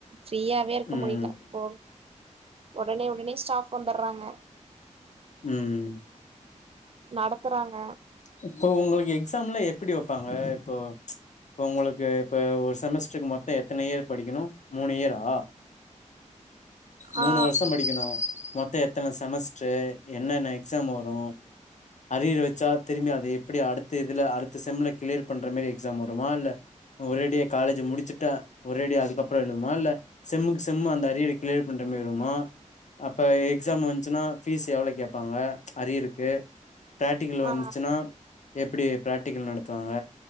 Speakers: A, on the right; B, on the left.
A: ஃப்ரீயாவே இருக்க
B: ம்
A: முடில போ ஒடனே ஒடனே ஸ்டாஃப் வந்துறாங்க
B: ம்
A: நடத்துறாங்க
B: இப்போ ஒங்களுக்கு எக்ஸாம்லா எப்டி வப்பாங்க இப்போ இப்ப ஒங்களுக்கு இப்ப ஒரு செமஸ்டருக்கு மொத்தோ எத்தன இயர் படிக்கணு மூனு இயரா மூனு
A: ஆ
B: வருஷோ படிக்கணு மொத்த எத் தன செமஸ்டரு என்னென்ன எக்ஸாம் வரு அரியர் வச்சா திரும்பி அது எப்டி அடுத்த இதுல அடுத்த செம்ல கிளியர் பண்ற மாறி எக்ஸாம் வருமா இல்ல ஒரேடியா காலேஜ் முடிச்சுட்டா ஒரேடியா அதுக்கப்புறோ எழுதுமா இல்ல செம்முக்கு செம் அந்த அரியர் கிளியர் பண்ற மாறி வருமா அப்போ எக்ஸாம்
A: இது
B: வந்துச்சுன்னா ஃபீஸ் எவ்ளோ கேப்பாங்க அரியருக்கு பிரக்டிகல் வந்
A: ஆ
B: ஆம் எப்டி பிராக்டிக்கல் நடத்துவாங்க